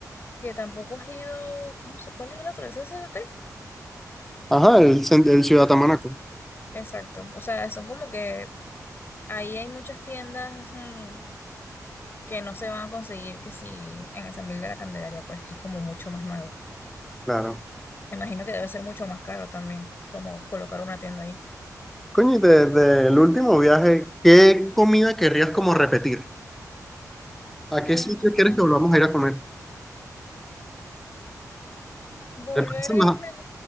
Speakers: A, on the left; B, in the centre.
A: que tampoco has ido, ¿cómo se- ¿cuál es el otro? ¿El CCT?
B: Ajá, el, cen- el Ciudad Tamanaco.
A: Exacto. O sea, son como que ahí hay muchas tiendas mm, que no se van a conseguir que si en el San Miguel de la Candelaria, pues que es como mucho más nuevo.
B: Claro.
A: Me Imagino que debe ser mucho más caro también, como colocar una tienda ahí.
B: Coño, y desde el último viaje, ¿qué comida querrías como repetir? ¿A
A: Mm,
B: qué sitio quieres que volvamos a ir a comer?
A: volver
B: ¿Te parecen
A: a
B: las,
A: irme,